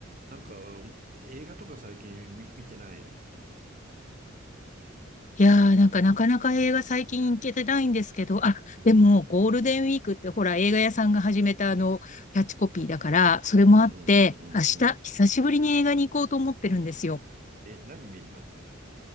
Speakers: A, on the right; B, on the left.
A: なんか、映画とか最近見、見てない
B: いやー、なんかなかなか映画最近行けてないんですけど、あ、
A: うん。
B: でもゴールデンウィークってほら映画屋さんが始めたあのキャッチコピーだから、それもあって、
A: うんうんうんうんうん。
B: 明日久しぶりに映画に行こうと思ってるんですよ。
A: え、何見るの